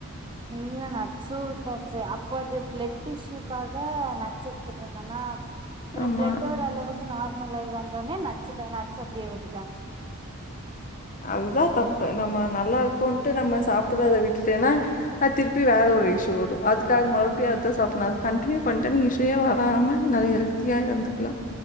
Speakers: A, on the right (about 20°); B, on the left (about 35°).
A: இல்ல நட்ஸ்ஸு விட்டாச்சு அப் இப்போ அது பிளட் இஷ்யூக்காக நட்ஸ் எடுத்துட்டுருந்தனா ஒரு
B: ஆமா.
A: பிளட்டோர் அளவுக்கு நார் மலை வந்தோனே நட்ஸ்க்க நட்ஸ் அப்படியே விட்டுட்ட
B: அதுதா தப்பு நம்ம நல்லா இருக்கோன்ட்டு நம்ம சாப்படறத விட்டுட்டேன்னா அது திருப்பி வேற ஒரு இஸ்யூ வரு அதுக்காக மறுபடியு
A: ம்
B: அதா சாப்பனா கண்டினியூ பண்ட்ட நீங்க இஷுவே வராம நெறைய ஹெல்த்தியா இருந்துக்கலா